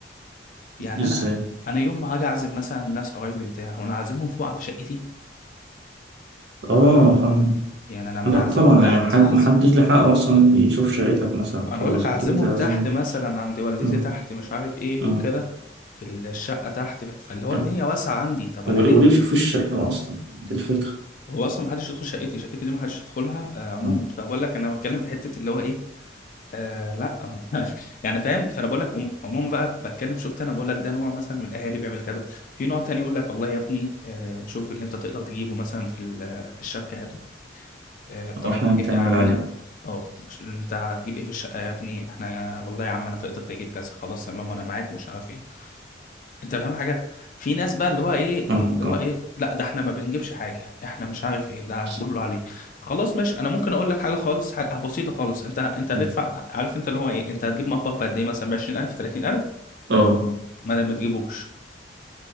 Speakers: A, on the left; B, on the right.
A: يعني
B: ازاي
A: انا انا يوم ما هاجي اعزم مثلا ناس قرايبي بتاع وانا عازمهم فوق في شقتي
B: اه فاهم
A: يعني انا ما
B: لا
A: انا هعزمهم
B: طبعا
A: تحت
B: يعني محد-
A: هعزم
B: محدش له حق اصلا يشوف شقتك مثلا
A: انا
B: خالص
A: اقول لك هعزمهم
B: اكيد هتعزمه
A: تحت مثلا عند والدتي
B: مم.
A: تحت مش عارف ايه
B: مم.
A: وكده في الشقه تحت فاللي هو
B: آه.
A: الدنيا واسعه عندي طب
B: ول-
A: انا ليه
B: وليه يشوف الشقة أصلا دي الفكرة
A: هو اصلا ما حدش يدخل شقتي شقتي ليه ما حدش يدخلها آه عموما
B: مم.
A: فبقول لك انا بتكلم في حته اللي هو ايه آه لا <laughs> يعني فاهم فانا بقول لك عم- عموما بقى بتكلم شفت انا بقول لك ده نوع مثلا من الاهالي بيعمل كده في نوع تاني يقول لك والله يا ابني آه شوف اللي انت تقدر تجيبه مثلا في ال- في الشبكه هاته آه طب
B: وإحنا
A: انا هجيب
B: هنكمل
A: ايه يا عمي
B: عليه
A: اه مش- انت هتجيب ايه في الشقه يا ابني احنا والله يا عم انا في قدرتي اجيب كذا خلاص تمام وانا معاك ومش عارف ايه انت فاهم حاجه في ناس بقى اللي هو ايه
B: فاهمك
A: اللي هو
B: أه
A: ايه لا ده احنا ما بنجيبش حاجه احنا مش عارف ايه ده
B: بس-
A: كله عليه خلاص ماشي انا ممكن اقول لك حاجه خالص حاجة بسيطه خالص انت انت هتدفع
B: مم.
A: عارف انت اللي هو ايه انت هتجيب مطبخ بقد ايه مثلا ب 20000 30000
B: أه
A: ما دام ما تجيبوش